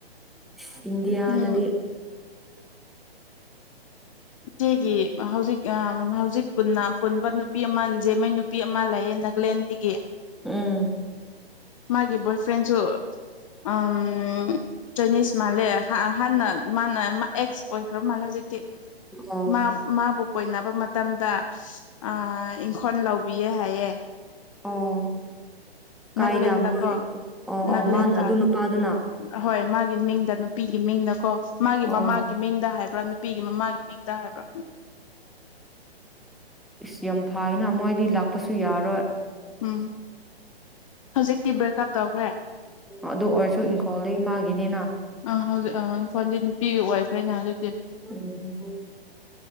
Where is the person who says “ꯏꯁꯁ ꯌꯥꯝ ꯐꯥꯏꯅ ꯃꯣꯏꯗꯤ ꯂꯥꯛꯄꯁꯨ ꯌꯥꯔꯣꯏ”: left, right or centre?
Centre